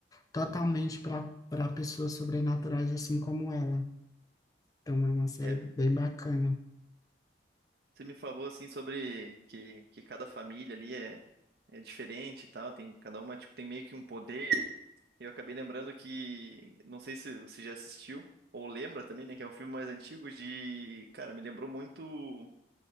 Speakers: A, on the left (about 20°); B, on the right (about 60°).
A: totalmente para para pessoas sobrenaturais assim como ela. Então é uma série
B: É,
A: bem bacana.
B: você me falou assim sobre que, que cada família ali é, é diferente e tal, tem, cada uma tipo, tem meio que um poder Eu acabei lembrando que, não sei se você já assistiu ou lembra também, né, que é um filme mais antigo de, cara, me lembrou muito